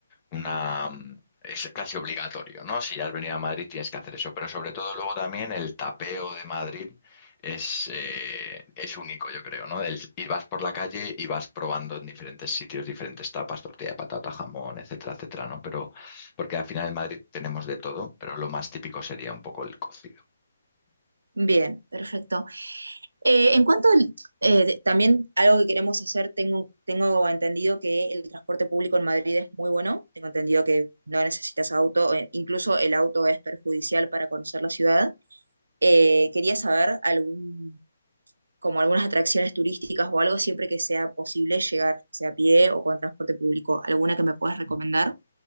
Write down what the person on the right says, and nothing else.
bien, perfecto. Eh, en cuanto al, eh, de- también algo que queremos hacer, tengo, tengo entendido que el transporte público en Madrid es muy bueno, tengo entendido que no necesitas auto, eh, incluso el auto es perjudicial para conocer la ciudad. Eh, quería saber algún, como algunas atracciones turísticas o algo, siempre que sea posible llegar, sea a pie o con transporte público, ¿alguna que me puedas recomendar?